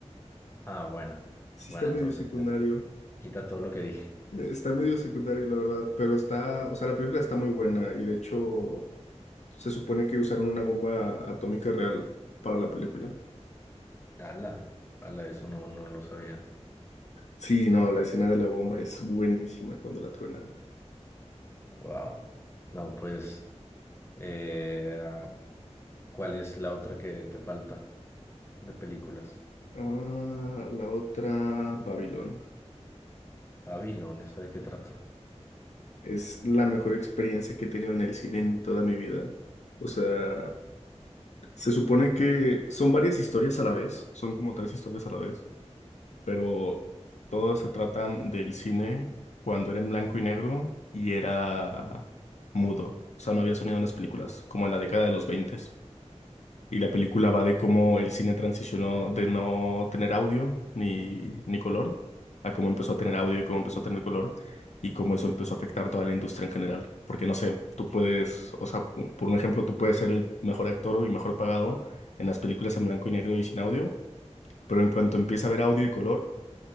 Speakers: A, on the left; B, on the left.
A: Ah, bueno.
B: Sí,
A: Bueno,
B: está medio
A: entonces
B: secundario.
A: pues, quita todo lo que dije.
B: Eh, Está medio secundario, la verdad. Pero está, o sea, la película está muy buena. Y de hecho, se supone que usaron una bomba atómica real para la película.
A: Ala, ala, eso no, no lo sabía.
B: Sí, no, la escena de la bomba es buenísima cuando la truena.
A: Wow. No, pues, eh, ah, ¿cuál es la otra que te falta de películas?
B: Ah, la otra, Babylon.
A: Babylon, ¿esa de qué trata?
B: Es la mejor experiencia que he tenido en el cine en toda mi vida. O sea, se supone que son varias historias a la vez, son como tres historias a la vez, pero todas se tratan del cine cuando era en blanco y negro y era mudo. O sea, no había sonido en las películas, como en la década de los 20. Y la película va de cómo el cine transicionó de no tener audio ni, ni color a cómo empezó a tener audio y cómo empezó a tener color y cómo eso empezó a afectar toda la industria en general. Porque no sé, tú puedes, o sea, pu- por un ejemplo, tú puedes ser el mejor actor y mejor pagado en las películas en blanco y negro y sin audio, pero en cuanto empieza a haber audio y color,